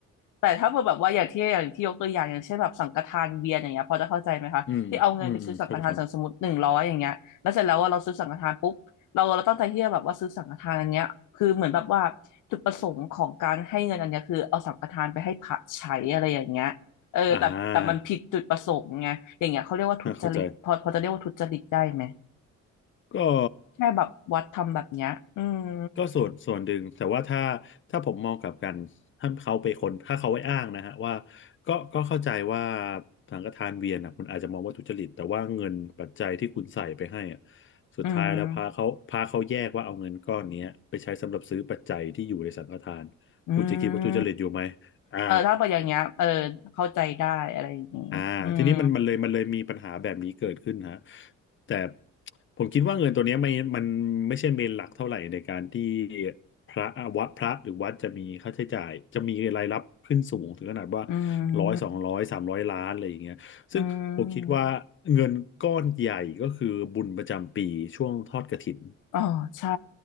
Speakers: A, on the left; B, on the left.
A: แต่ถ้าเกิดแบบว่าอย่างที่อย่างที่ยกตัวอย่างอย่างเช่นแบบสังฆทานเวียนอย่างเงี้ยพอจะเข้าใจไหมคะที่เอาเงินไปซื้อสังฆทานสมมติหนึ่งร้อยอย่างเงี้ยแล้วเสร็จแล้วว่าเราซื้อสังฆทานปุ๊บเราเราตั้งใจที่จะแบบว่าซื้อสังฆทานอันเนี้ยคือเหมือนแบบว่าจุดประสงค์ของการให้เงินอันเนี้ยคือเอาสังฆทานไปให้พระใช้อะไรอย่างเงี้ย
B: อืมอืมอืมเข้าใจครับ
A: เออแต่แต่มันผิดจุดประสงค์ไงอย่างเงี้ยเขาเรียกว่าทุจริตพอพอจะเรียกว่าทุจริตได้ไหม
B: อ่าเข้าใจก็
A: แค่แบบวัดทำแบบเนี้ยอืม
B: ก็ส่วนส่วนหนึ่งแต่ว่าถ้าถ้าผมมองกลับกันถ้าเขาไปคนถ้าเขาไปอ้างนะฮะว่าก็ก็เข้าใจว่าสังฆทานเวียนนะคุณอาจจะมองว่าทุจริตแต่ว่าเงินปัจจัยที่คุณใส่ไปให้อะสุดท้ายแล้วพาเขาพาเขาแยกว่าเอาเงินก้อนเนี้ยไปใช้สำหรับซื้อปัจจัยที่อยู่ในสังฆทาน
A: อืมอื
B: คุณจะคิดว่าทุจริตอยู่ไหม
A: ม
B: อ่า
A: เออถ้าเป็นอย่างเงี้ยเออเข้าใจได้อะไรอย่างงี้อืม
B: อ่าทีนี้มันมันเลยมันเลยมีปัญหาแบบนี้เกิดขึ้นฮะแต่ผมคิดว่าเงินตัวเนี้ยไม่มันไม่ใช่เมนหลักเท่าไหร่ในการที่พระวัดพระหรือวัดจะมีค่าใช้จ่ายจะมีรายรับขึ้นสูงถึงขนาดว่า
A: อื
B: ร้อยสองร้อยสามร้อยล้านอะไรอย่างเงี้ยซึ่งผมคิดว่า
A: มอืม
B: เงินก้อนใหญ่ก็คือบุญประจำปีช่วงทอดกฐิน
A: อ๋อใช่